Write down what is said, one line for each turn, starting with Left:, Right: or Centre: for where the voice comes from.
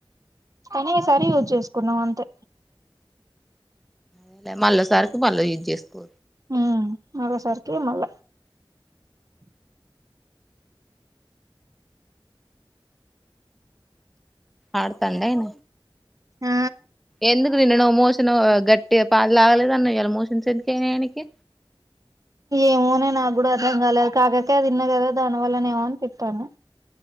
Right: కానీ ఈ సారి యూజ్ చేసుకున్నాం అంతే
Centre: ఉ అదే మళ్ళో సరికి మళ్ళ యూజ్ చేసుకో
Right: ఉమ్ మళ్ళో సరికే మళ్ళ
Centre: ఆడతలేం
Right: ఆ
Centre: ఎందుకు నిన్నో మోషన్ గట్టిగ పాలుతాగలేదు అన్న ఇయలా మోషన్స్ ఎందుకైనాయినాకి
Right: ఏమోనే నాకు కూడా అర్థం కాలేదు కాకరాకాయ తిన్నా కదా దానివల్ల ఏమో అనిపిత్తంది.